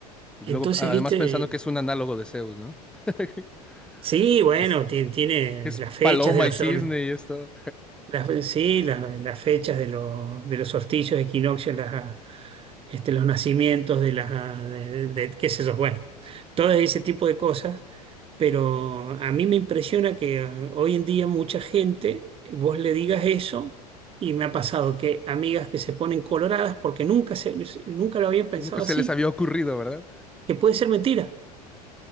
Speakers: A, in the centre; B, on the right.
A: Y
B: Entonces,
A: luego, a-
B: viste,
A: además pensando que es un análogo de Zeus, ¿no? <laughs>
B: sí, bueno,
A: Que es,
B: ti- tiene,
A: que es
B: las fechas
A: paloma
B: de los
A: y cisne
B: sol-
A: y esto.
B: las, sí, las, las fechas de los, de los solsticios, equinoccios, las, este, los nacimientos de las, de, de- qué sé yo, bueno, todo ese tipo de cosas, pero a mí me impresiona que eh, hoy en día mucha gente, vos le digas eso, y me ha pasado que amigas que se ponen coloradas porque nunca, se, nunca lo habían pensado
A: Nunca se
B: así,
A: les había ocurrido, ¿verdad?
B: que puede ser mentira,